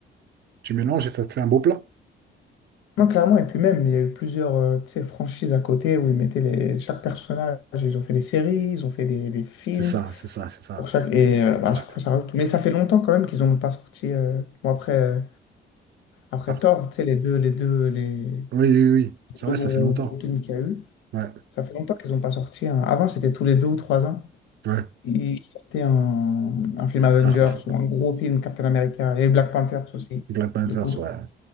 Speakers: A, on the right (about 60°); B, on the left (about 85°).
A: Tu mélanges et ça te fait un beau plat.
B: Non, clairement. Et puis même, il y a eu plusieurs euh, tu sais, franchises à côté où ils mettaient les... chaque personnage. Ils ont fait des séries, ils ont fait des, des films.
A: C'est ça, c'est ça, c'est ça.
B: Pour chaque... Et euh, bah, à
A: Ouais.
B: chaque fois, ça rajoute. Mais ça fait longtemps quand même qu'ils n'ont pas sorti. euh, Bon, après, euh, après
A: Après.
B: Thor, tu sais, les deux, les deux, les les
A: Oui, oui, oui. C'est vrai,
B: deux gros,
A: ça fait longtemps.
B: gros films qu'il y a eu,
A: Ouais,
B: ça fait longtemps qu'ils n'ont pas sorti. un- Avant, c'était tous les deux ou trois ans.
A: ouais.
B: Ils sortaient un, un film Avengers
A: Ah, f-
B: ou un gros film Captain America et Black Panthers aussi,
A: Black Panthers,
B: du coup.
A: ouais,